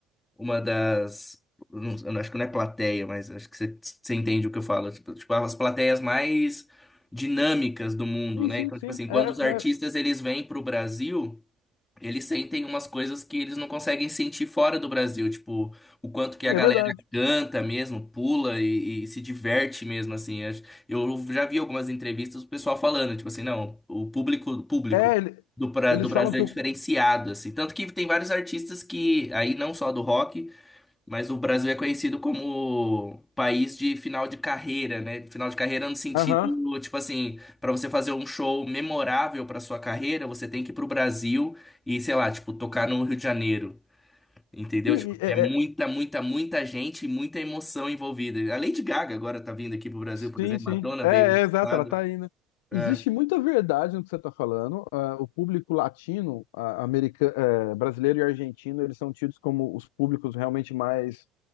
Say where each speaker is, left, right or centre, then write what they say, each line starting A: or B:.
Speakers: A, on the left; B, on the left.
A: uma das. Não, eu acho que não é plateia, mas acho que você, você entende o que eu falo. Tipo, tipo, as plateias mais dinâmicas do mundo,
B: Sim,
A: né?
B: sim,
A: Então,
B: sim,
A: tipo assim,
B: é,
A: quando os artistas
B: né,
A: eles vêm pro Brasil, eles sentem umas coisas que eles não conseguem sentir fora do Brasil. Tipo, o quanto que a
B: é
A: galera
B: verdade.
A: canta mesmo, pula e, e se diverte mesmo, assim. Acho- Eu já vi algumas entrevistas do pessoal falando, tipo assim, não, o público, o público
B: É, ele-
A: do, pra-
B: eles
A: do Brasil
B: falam que
A: é diferenciado,
B: o.
A: assim. Tanto que tem vários artistas que, aí não só do rock, mas o Brasil é conhecido como país de final de carreira, né? Final de carreira no sentido,
B: Aham.
A: tipo assim, para você fazer um show memorável para sua carreira, você tem que ir pro Brasil e, sei lá, tipo, tocar no Rio de Janeiro. Entendeu?
B: Sim,
A: Tipo,
B: é,
A: é muita,
B: é,
A: muita, muita gente e muita emoção envolvida. A Lady Gaga agora tá vindo aqui pro Brasil, por
B: Sim,
A: exemplo.
B: sim.
A: Madonna
B: É,
A: veio no
B: é, exato,
A: passado.
B: ela tá aí, né?
A: É.
B: Existe muita verdade no que você está falando. Ah, o público latino, ah, america- eh, brasileiro e argentino, eles são tidos como os públicos realmente mais,